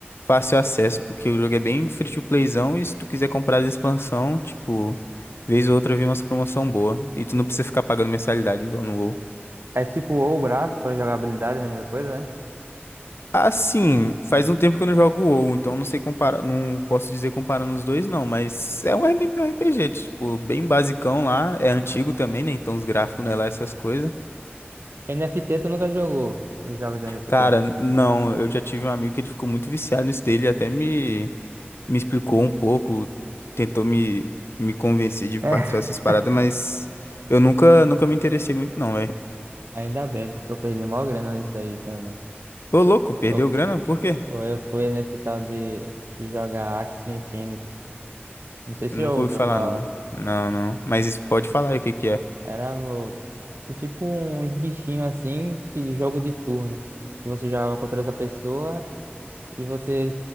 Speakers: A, on the left; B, on the right.
A: fácil acesso, porque o jogo é bem free to playzão e se tu quiser comprar as expansão, tipo, vez ou outra vem umas promoção boa e tu não precisa ficar pagando mensalidade igual no WoW.
B: É tipo ou o gráfico, a jogabilidade, a mesma coisa, né?
A: Assim, faz um tempo que eu não jogo WoW, então não sei comparar, não posso
B: Então,
A: dizer comparando os dois não, mas é um MMORPG, tipo, bem basicão lá, é antigo também, né? Então os gráficos não é lá essas coisas.
B: NFT tu nunca jogou os jogos de NFT?
A: Cara, não, eu já tive um amigo que ele ficou muito viciado nisso dele, até me, me explicou um pouco, tentou me, me convencer de
B: É.
A: participar dessas paradas, mas eu nunca, nunca me interessei muito não, velho.
B: <laughs> Ainda bem, porque eu perdi mó grana nisso aí também.
A: Ô, louco, perdeu
B: Eu, fu-
A: grana? Por quê?
B: eu fui nesse tal de, de jogar Axie Infinity. Não sei se
A: Eu
B: você
A: nunca
B: já ouviu
A: ouvi falar
B: falar.
A: não. Não, não. Mas isso pode falar aí o que que é.
B: Era meu- tipo uns bichinhos assim, que jogo de turno. Que você jogava contra outra pessoa e você,